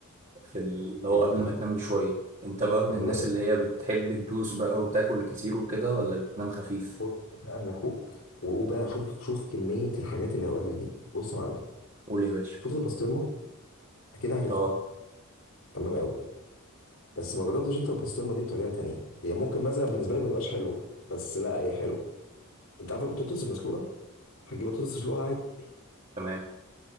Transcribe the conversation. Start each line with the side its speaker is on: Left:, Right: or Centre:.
Right: في ال- اللي هو
Left: بالليل
Right: قبل ما تنام بشويه انت بقى من
Left: حلو
Right: الناس
Left: قوي
Right: اللي هي بتحب تدوس بقى وتاكل كتير وكده ولا بتنام خفيف
Left: خد بقى من اخوك وقول بقى شوف شوف كميه الحاجات اللي هقولها لك دي بص يا معلم
Right: قول يا باشا
Left: شفت البسطرمه اكيد عارفها
Right: اه
Left: تمام قوي بس ما جربتش انت البسطرمه دي بطريقه تانية هي ممكن مثلا بالنسبه لك ما تبقاش حلوه بس لا هي حلوه انت عارف البطاطس المسلوقه هتجيب بطاطس تسلقها عادي
Right: تمام